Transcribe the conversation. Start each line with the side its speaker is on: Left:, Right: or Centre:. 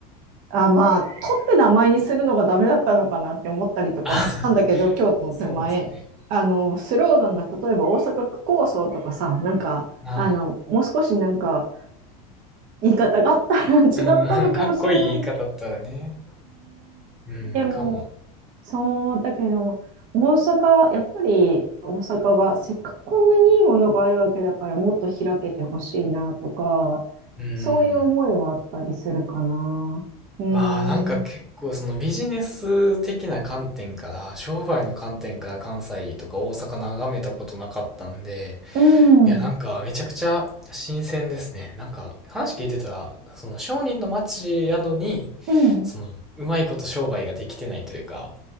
Right: あ、まあ、取って名前にするのがダメだったのかなって思ったりとかもしたんだけど、
Centre: あ、<laughs>
Right: 京都の手前、
Centre: そうですね。
Right: あの、スローガンが例えば大阪区構想とかさ、なんか、
Centre: はい。
Right: あの、もう少しなんか言い方があったら違ったのかもしれない。
Centre: うん <laughs> かっこいい言い方だったらね。うん、
Right: でも、
Centre: かも。
Right: そう、だけど、大阪、やっぱり大阪がせっかくこんなにいいものがあるわけだからもっと開けてほしいなとか、
Centre: うん。
Right: そういう思いはあったりするかな。うーん。
Centre: わあ、なんか結構そのビジネス的な観点から、商売の観点から関西とか大阪眺めたことなかったんで、
Right: うん。
Centre: いや、なんかめちゃくちゃ新鮮ですね。なんか話聞いてたら、その商人の街やのに、
Right: うん。
Centre: そのうまいこと商売ができてないというか、